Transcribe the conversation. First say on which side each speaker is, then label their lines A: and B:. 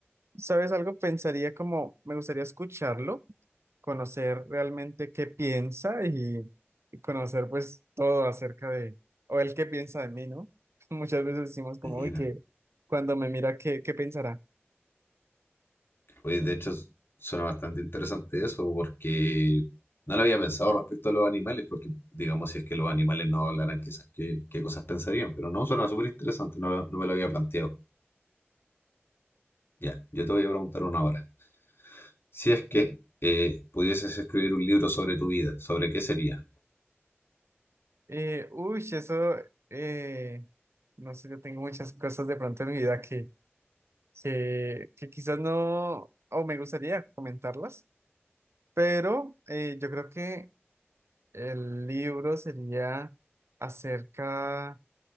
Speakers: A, on the right; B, on the left.
A: ¿Sabes algo? Pensaría como, me gustaría escucharlo, conocer realmente qué piensa y, y conocer pues todo acerca de, o él qué piensa de mí, ¿no? <laughs> Muchas veces decimos como,
B: mira,
A: uy, que cuando me mira, ¿qué, qué pensará?
B: pues de hecho s- suena bastante interesante eso porque no lo había pensado respecto a los animales, porque digamos si es que los animales no hablaran, quizás qué, qué cosas pensarían, pero no, suena súper interesante, no, lo- no me lo había planteado. Ya, yo te voy a preguntar una ahora. Si es que eh, pudieses escribir un libro sobre tu vida, ¿sobre qué sería?
A: Eh, uy, eso, eh, no sé, yo tengo muchas cosas de pronto en mi vida que, que, que quizás no, o me gustaría comentarlas Pero eh, yo creo que el libro sería acerca,